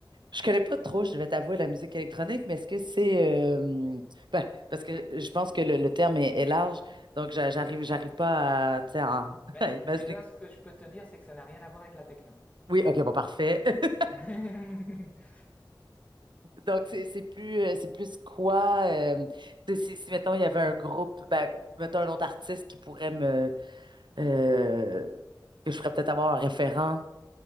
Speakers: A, on the right; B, on the left.
A: Je connais pas trop, je vais t'avouer, la musique électronique, mais est-ce que c'est... euh, ben, parce que je pense que le, le terme est, est large, donc j'a-
B: Oui.
A: j'arrive, j'arrive pas à, tu sais, à, <laughs>
B: Bah,
A: à imaginer...
B: déjà, ce que je peux te dire, c'est que ça n'a rien à voir avec la techno.
A: Oui, OK, bon, parfait. <laughs>
B: <laughs>
A: Donc, c'est c'est plus, euh, c'est plus quoi, euh, tu sais, si, si, mettons, il y avait un groupe, ben, mettons, un autre artiste qui pourrait me, euh, que je ferais peut-être avoir un référent.